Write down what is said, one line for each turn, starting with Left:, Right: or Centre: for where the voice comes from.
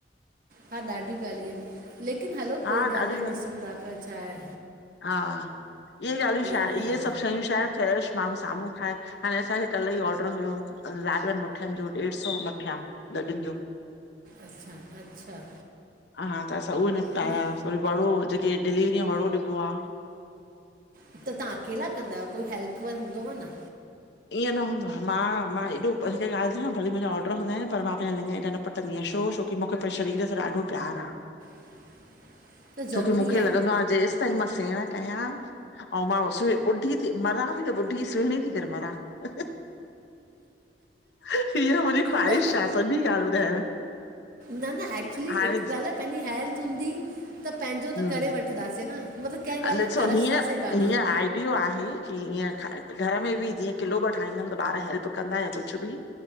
Right: हा ॾाढियूं ॻाल्हियूं आहिनि, लेकिन हलो
Left: हा
Right: कोई ॻाल्हि
Left: ॾाढियूं
Right: न आहे, ॾिसूं था पिया छाहे
Left: हा इहे ॻाल्हियूं छा,
Right: आहिनि
Left: इहे
Right: हा
Left: सभु शयूं छा कुझु माण्हू साम्हूं खाए, हाणे असांखे कल्ह ई ऑडर हुयो लाॾवनि मुठियनि जो ॾेढ सौ मुठिया लॾूनि जो
Right: अच्छा अच्छा
Left: हा हा, त असां उहे निपटायास
Right: न
Left: वरी <unintelligible> कि डिलीवरीअ में वड़ो ॾिबो आ
Right: त तव्हां अकेला कंदा आहियो, कोई हेल्प वन हूंदव न
Left: ईअं न हूंदो आहे मां मां एॾो हिकु ॻाल्हि ॿुधायंव, भले मुंहिंजा ऑडर हूंदा आहिनि पर मां पंहिंजा लिंघ ऐॾा न पटंदी आहियां छो छोकी, मूंखे पंहिंजे शरीर सां ॾाढो प्यार आ
Right: <inaudible> ज़रूरी
Left: छोकी मूंखे
Right: आहे
Left: लॻंदो आ जैस ताईं मां सेण कयां अऊं मां ॿुढी थी मरां बि त ॿुढी सुहिणी थी करे मरां। हि हि हि हीअ मुंहिंजी ख़्वाहिश
Right: न न
Left: सॼी ॻाल्हि ॿुधायांव
Right: न न एक्चुली
Left: हाणे
Right: हिकु ॻाल् आ पंहिंजी हेल्थ हूंदी त पंहिंजो
Left: हम्म,
Right: त करे वठंदासीं न मतिलबु कंहिं
Left: ॾिसो,
Right: ॻाल्हि तरसंदासीं
Left: हीअं
Right: कान
Left: हीअं आइडियो आहे की हीअं घर में बी जीअं किलो ॿ ठाहींदम त ॿार हेल्प कंदा कुझु बि